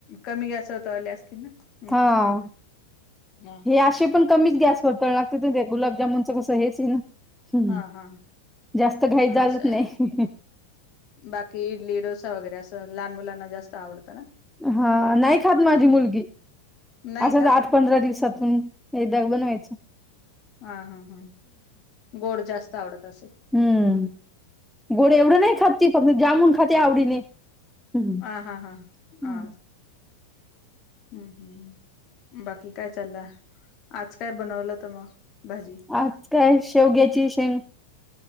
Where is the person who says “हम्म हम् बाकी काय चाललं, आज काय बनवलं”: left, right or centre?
Left